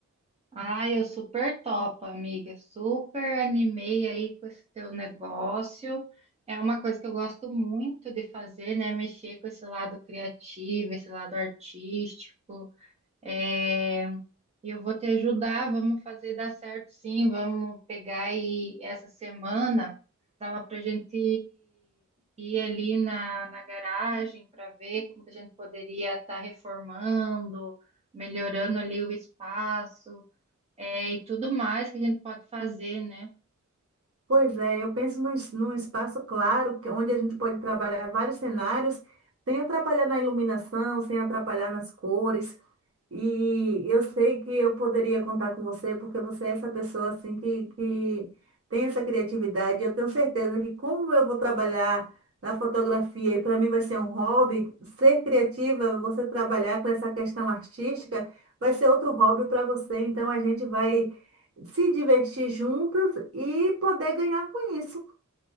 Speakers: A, on the right (about 20°); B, on the right (about 45°).
A: Ai, eu super topo, amiga. Super animei aí com esse teu negócio. É uma coisa que eu gosto muito de fazer, né? Mexer com esse lado criativo, esse lado artístico. É, e eu vou te ajudar, vamos fazer dar certo sim. Vamos pegar aí essa semana. Dava pra gente ir ali na, na garagem para ver como que a gente poderia estar reformando, melhorando ali o espaço é, e tudo mais que a gente pode fazer, né?
B: Pois é, eu penso num, es- num espaço claro, que- onde a gente pode trabalhar vários cenários, sem atrapalhar na iluminação, sem atrapalhar nas cores. E eu sei que eu poderia contar com você, porque você é essa pessoa assim que, que tem essa criatividade. Eu tenho certeza que como eu vou trabalhar na fotografia e para mim vai ser um hobby, ser criativa, você trabalhar com essa questão artística, vai ser outro hobby para você. Então a gente vai se divertir juntas e poder ganhar com isso.